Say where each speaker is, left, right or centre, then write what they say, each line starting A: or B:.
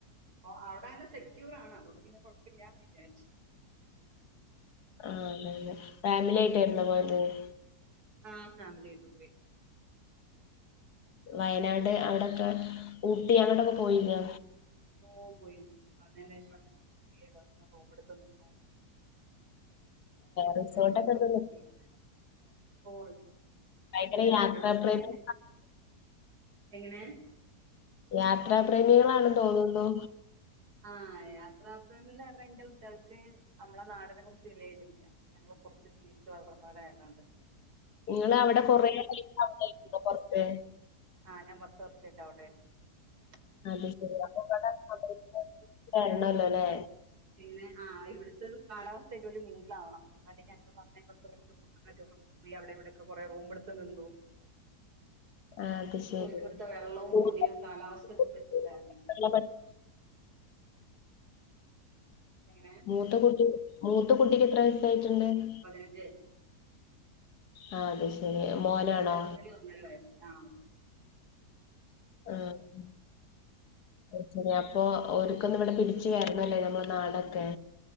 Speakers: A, on the right; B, on the left.
A: ഓ അവിടെ അങ്ങനെ സെക്യൂർ ആണ അത പിന്നെ കൊഴപ്പില്ലന്ന് വിചാരിച്ച
B: ആ അതെ അതെ ഫാമിലി ആയിട്ടായിുന്ന പോതയത്
A: ആഹ ഫാമിലിായിട്ട് പോയി
B: വയനാട് അങ്ങടെൊക്കെ ഊട്ടി അങ്ങട്ടൊക്കെ പോയില്ലെ
A: ഓ പോയി വന്നേേഷം പോയിസ്ഥ പോുമ്പടുത്ത നിന്നു <inaudible>
B: റിസോർട്ടൊക്കെ
A: അ <unintelligible>
B: എടുത്ത്
A: ഓ
B: ഭയങ്കര
A: ഇന്നെ കുപ്പള
B: യാത്രാപ്രേമി
A: <unintelligible> എങ്ങനെ
B: യാത്രാ പ്ര്രേമികളാണ തോന്നുന്നു
A: ആഹ് യാത്ര പ്രേമികൾ പറഞ്ഞ എന്റെ കുട്ടികൾക്ക് നമ്മളെ നാടിനെ കുറിച്ച് വിലയതിില്ല ഞങ്ങൾ പുറത്ത് ജീവിച്ച്ച് വളർന്ന പോല ആയതൊണ്ട്
B: നിങ്ങള് അവിടെ കൊറെ ഇ ആ ഇ പൊ പൊർത്ത്
A: ആ ഞാൻ പ്പത്ത് വർഷായിട്ട് അവിടൊയ് ർന്ന്
B: അത് ശരി അപ്പൊ ഇബടെ കട ബിസിനസ് വരണം ല്ലാ ല്ലെ..
A: പിന്നെ ആ ഇവിട്ത്ത് കാലാവസ്ഥയ്റ്റ് മിംഗ്ള്ളാവാണം എന്നാലെ ഞങ്ങൾ വന്ന <inaudible> <unintelligible> അവിടെയും ഇവിടയും ഒക്കെ കൊറെ റൂംട്ത്ത് നിന്നു.
B: <unintelligible> അത് ശരി
A: ഒരികൊടുത്തെ വെള്ളവും
B: മൂത്ത
A: പൊടിയും കാലാവസ്ഥക്
B: കുട്ടികളെ
A: പറ്റൻഡേ.
B: <unintelligible>
A: എങ്ങനെ
B: മൂത്ത കുട്ടി മൂത്ത കുട്ടിക്ക് എത്ര വയസായിട്ട്ട്
A: പതിനഞ്ച് വയസ്സ്
B: ആ അത് ശരി. മോനാണോ
A: ഏറ്റവും ചെറുതിന് ഒന്നരാ വയസ് ആഹ.
B: ആ ഉം അത് ശരി അപ്പൊ ഒര്ക്കൊന്ന് ഇവിടെ തിരിച്ച് വരുന്നല്ലേ നമ്മള നാടൊക്കെ